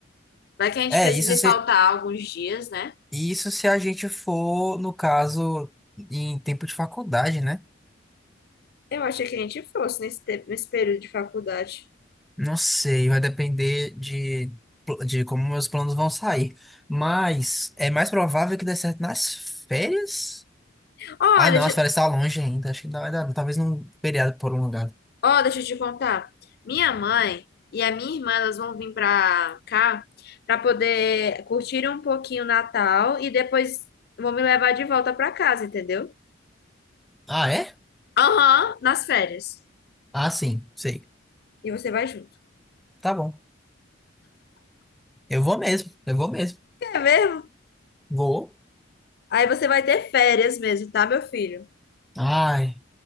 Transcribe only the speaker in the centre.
É,
isso se,
isso se a gente for, no caso, em tempo de faculdade, né?
Não sei, vai depender de, de como meus planos vão sair. Mas é mais provável que dê certo nas férias?
Ah, não,
as férias estão longe ainda. Acho que não vai dar, talvez num feriado por um lugar.
Ah, é?
Ah, sim, sei.
Tá bom. Eu vou mesmo, eu vou mesmo.
Vou.
Ai,